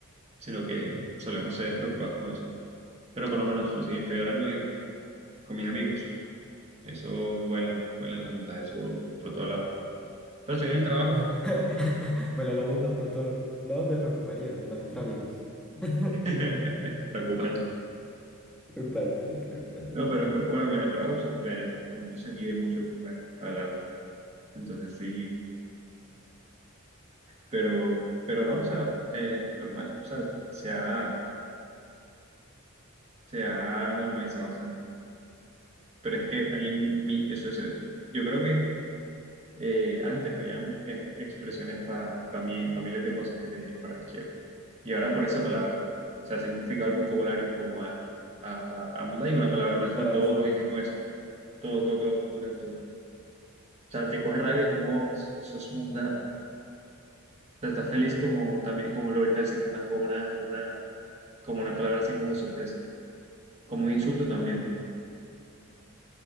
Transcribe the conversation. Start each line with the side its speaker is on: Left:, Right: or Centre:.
Right: sino que solemos ser preocupados con eso. Pero por lo menos, si estoy hablando en- con mis amigos, eso vuelan, vuelan las juntas, eso por todo lado. Pero si en el trabajo,
Centre: <laughs> Bueno, la monda por todos lados me preocuparía, y más entre amigos. <laughs>
Right: <laughs> preocupante.
Centre: Preocupante, sí, preocupante,
Right: No,
Centre: preocupante.
Right: pero, pero bueno, en el trabajo se- me- uno se mide mucho eh, hablando. Entonces sí. Pero, pero no, o sea, eh, normal, o sea, se ha, se ha normalizado bastante. Pero es que ahí mi, eso es, eh, yo creo que eh, antes habían expresiones para mí, pa miles de cosas que tenían los barranquilleros. Y ahora por esa palabra, se ha simplificado el vocabulario como a, a, a, a un- hay una palabra más,
Centre: Las palabras
Right: y todo lo dicen con eso, todo, todo, todo, absolutamente todo. O sea, te coge rabia como, eso es munda, o sea, estás feliz como también, como lo gritan así como una, como una, como una, como una palabra así como de sorpresa. como un insulto también.